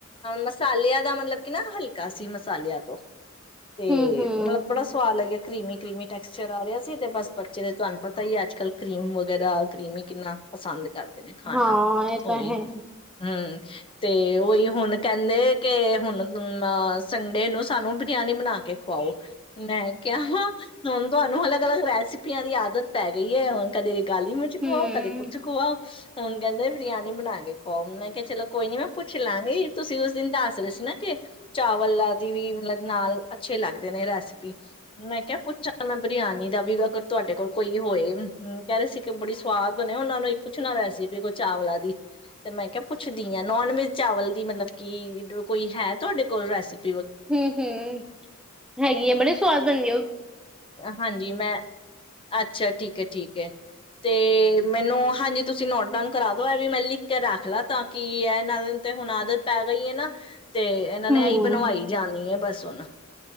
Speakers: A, on the left (about 25°); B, in the centre.
A: ਮਸਾਲਿਆਂ ਦਾ ਮਤਲਬ, ਕਿ ਨਾ ਹਲਕਾ ਸੀ। ਮਸਾਲਿਆਂ ਤੋਂ ਤੇ,
B: ਹੂੰ-ਹੂੰ
A: ਬੜਾ ਸਵਾਦ ਲੱਗਿਆ। ਕਰੀਮੀ, ਕਰੀਮੀ ਟੈਕਸਚਰ ਆ ਰਿਹਾ ਸੀ ਤੇ ਬਸ ਬੱਚੇ ਦੇ ਤੁਹਾਨੂੰ ਪਤਾ ਹੀ ਅੱਜ ਕੱਲ ਕਰੀਮ ਵਗੈਰਾ ਕਰੀਮੀ ਕਿੰਨਾ ਪਸੰਦ ਕਰਦੇ ਨੇ ਖਾਣਾ
B: ਹਾਂ ਐ
A: ਉਹੀ,
B: ਤਾਂ ਹੈ।
A: ਹੂੰ ਤੇ, ਉਹੀ ੳ ਹੁਣ ਕਹਿੰਦੇ, ਕਿ ਹੁਣ ਤੂੰ ਸੰਡੇ ਨੂੰ ਸਾਨੂੰ ਬਰਿਆਨੀ ਬਣਾ ਕੇ ਖਵਾਓ। ਮੈਂ ਕਿਹਾ ਹਾਂ। ਹੁ ਤੁਹਾਨੂੰ ਅਲੱਗ ਅਲੱਗ ਰੈਸਿਪੀਆਂ ਦੀ ਆਦਤ ਪੈ ਗਈ ਹੈ। ਹੁਣ ਕਦੇ ਕਾਲੀ ਮਿਚ ਖਵਾਉ,
B: ਹੂੰ-ਹੂੰ,
A: ਕਦੇ ਕੁਝ ਖਵਾਓ ਹੁਣ ਕਹਿੰਦੇ ਬਰਿਆਨੀ ਬਣਾ ਕੇ ਖਾਵਾ, ਮੈਂ ਕਿਹਾ ਚਲੋ ਕੋਈ ਨੀ ਮੈਂ ਪੁੱਛ ਲਾਂਗੀ। ਤੁਸੀਂ, ਉਸ ਦਿਨ ਦੱਸ ਰਹੇ ਸੀ ਨਾ। ਕਿ, ਚਾਵਲ ਦੀ ਆਦਿ ਨਾਲ ਬਨਾਉ ਮਤਲਬ ਨਾਲ ਅੱਛੇ ਲੱਗ ਨੇ ਰੈਸਿਪੀ ਮੈਂ ਕਿਹਾ ਪੁੱਛੋ ਤਾਂ ਮੈਂ ਬਰਿਆਨੀ ਦਾ ਵੀ ਅਗਰ ਤੁਹਾਡੇ ਕੋਲ ਕੋਈ ਹੋਏ, ਹੂੰ ਕਹਿ ਰਹੇ ਸੀ ਕਿ ਬੜੀ ਸਵਾਦ ਬਣੇ, ਉਹਨਾਂ ਨੂੰ ਇੱਕ ਪੁੱਛਣਾ ਰਿਹਾ ਸੀ। ਕੋਈ ਚਾਵਲਾਂ ਦੀ ਤੇ ਮੈਂ ਕਿਹਾ ਪੁੱਛਦੀ ਹਾਂ ਨੋਨ ਵੈਜ ਚਾਵਲ ਦੀ ਮਤਲਬ ਕਿ, ਜੋ ਕੋਈ ਹੈ। ਤੁਹਾਡੇ ਕੋਲ ਰੈਸਪੀ
B: ਹੂੰ ਹੂੰ ਹੈਗੀ ਆ, ਬੜੇ ਸਵਾਦ ਬੰਨ੍ਹ ਦੇਨ
A: ਹਾਂਜੀ ਮੈਂ ਅੱਛਾ। ਠੀਕ ਹੈ, ਠੀਕ ਹੈ, ਤੇ ਮੈਨੂੰ ਹਾਂਜੀ ਤੁਸੀਂ ਨੋਟ ਡਾਊਨ ਕਰਾ ਦੋ ਇਹ ਵੀ ਮੈਂ ਲਿਖ ਕੇ ਰੱਖ ਲਾ ਤਾਂ ਕਿ ਇਹ ਇਹਨਾਂ ਦੇ ਤੇ ਹੁਣ ਆਦਤ ਪੈ ਗਈ ਹੈ ਨਾ ਤੇ ਇਹਨਾਂ
B: ਹੂੰ
A: ਨੇ ਇਹੀ ਬਣਵਾਈ ਜਾਣੀ ਹੈ। ਬਸ ਸੁਨਾ